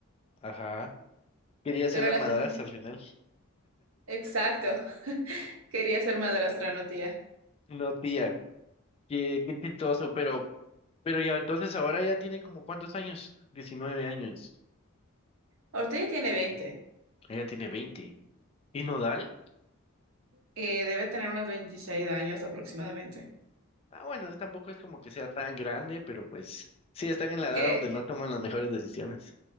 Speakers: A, on the left; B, on the right.
A: Ajá. Quería
B: Pero
A: ser la
B: a la
A: madrastra
B: final,
A: al final.
B: exacto, quería ser madrastra, no tía.
A: No, tía. Qué, qué chistoso, pero, pero ya entonces ahora ya tiene como ¿cuántos años? 19 años.
B: Ahorita ya tiene veinte
A: Ella tiene 20. ¿Y Nodal?
B: eh, debe tener unos 26 años aproximadamente.
A: Ah, bueno, él tampoco es como que sea tan grande, pero pues sí están en la edad
B: Que,
A: donde no toman las mejores decisiones.